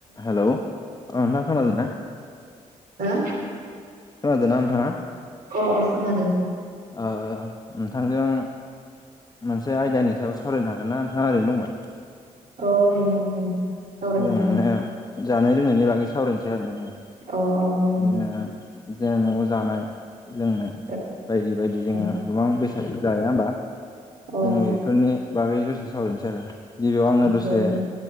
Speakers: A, on the left; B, on the right.
A: Hello ओ नोंथां खोनादों ना?
B: हो
A: खोनादोंना नोंथाङा?
B: अ खोनादों।
A: ओ नोंथांजों मोनसे आयदानि सायाव सावरायनो हागोन ना नोंथाङा ओरैनो दंबा।
B: औ ओरैनो दं ओरैनो
A: जों माने
B: सावरायनो
A: जानाय लोंनायनि बागै सावरायनोसै आरोना जोङो।
B: हागोन
A: बिदिनो
B: दे अ जागोन
A: जे न'आव जानाय लोंनाय
B: दे
A: बायदि बायदि जोङो
B: ओं
A: गोबां बेसाद जाया होनबा
B: अ ओं
A: जोङो बेफोरनि बागै दसे सावरायनोसै आरो गिबियाव आंनो दसे
B: दे बुं